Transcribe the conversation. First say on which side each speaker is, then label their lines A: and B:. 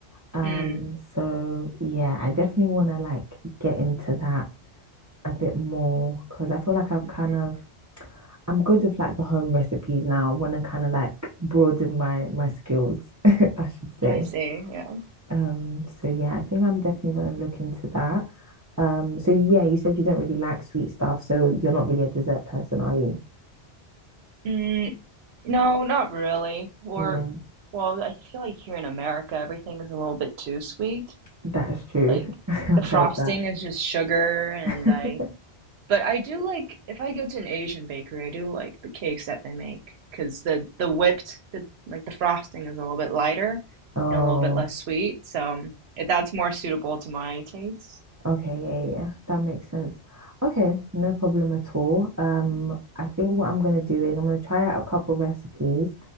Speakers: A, on the right; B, on the right.
A: Um,
B: Mm.
A: so yeah, I definitely want to like get into that a bit more because I feel like I've
B: hmm
A: kind of I'm good with like the home recipes now. I want to kind of like broaden my my skills, <laughs> I should say.
B: I see, yeah.
A: Um, so yeah, I think I'm definitely going to look into that. Um, so yeah, you said you don't really like sweet stuff, so you're not really a dessert person, are you?
B: Mm, no, not really. Or
A: Yeah,
B: well, I feel like here in America everything is a little bit too sweet.
A: that is true.
B: Like
A: <laughs> I've
B: the frosting
A: heard that.
B: is just sugar and
A: <laughs>
B: I But I do like if I go to an Asian bakery, I do like the cakes that they make because the the whipped the like the frosting is a little bit lighter
A: Oh,
B: and a little bit less sweet. So if that's more suitable to my taste.
A: okay, yeah, yeah, yeah. that makes sense. Okay, no problem at all. Um, I think what I'm gonna do is I'm gonna try out a couple recipes